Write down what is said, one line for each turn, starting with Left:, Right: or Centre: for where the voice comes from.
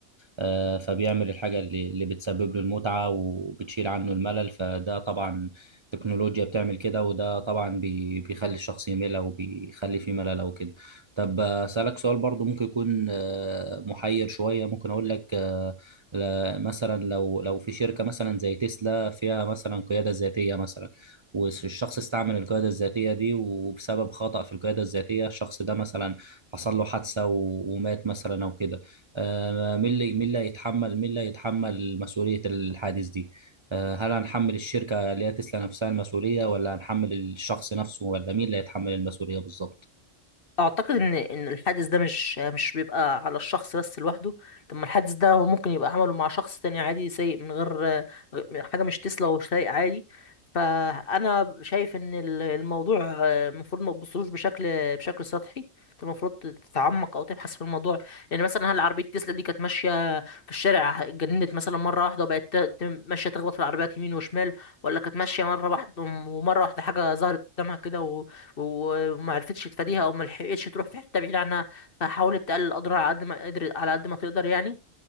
Right: آه فبيعمل الحاجة اللي, اللي بتسبب له المتعة وبتشيل عنه الملل فده طبعا التكنولوجيا بتعمل كده وده طبعا بي بيخلي الشخص يمل أو بيخلي فيه ملل أو كده طب آه، أسألك سؤال برضو ممكن يكون آه محير شوية ممكن أقول لك آه، ل- مثلا لو لو في شركه مثلا زي تسلا فيها مثلا قياده ذاتيه مثلا والشخص استعمل القياده الذاتيه دي وبسبب خطأ في القياده الذاتيه الشخص ده مثلا حصل له حادثه و- ومات مثلا او كده آه، مين اللي مين اللي هيتحمل مين اللي هيتحمل مسؤوليه الحادث دي آه، هل هنحمل الشركه اللي هي تسلا نفسها المسؤوليه ولا هنحمل الشخص نفسه ولا مين اللي هيتحمل المسؤوليه بالظبط
Left: اعتقد ان ان الحادث ده مش مش بيبقى على الشخص بس لوحده طب ما الحادث ده هو ممكن يبقى عمله مع شخص تاني عادي سايق من غير غ- حاجه مش تسلا ومش سايق عادي فانا شايف ان ال- الموضوع آه، المفروض ما تبصلوش بشكل بشكل سطحي انت المفروض تتعمق او تبحث في الموضوع يعني مثلا هل عربيه تسلا دي كانت ماشيه في الشارع اتجننت مثلا مره واحده وبقت ت- ت- ماشيه تخبط في العربيات يمين وشمال ولا كانت ماشيه مره واحده ومره واحده حاجه ظهرت قدامها كده وما عرفتش تفاديها او ما لحقتش تروح في حته بعيده عنها فحاولت تقلل الاضرار على قد ما قدرت على قد ما تقدر يعني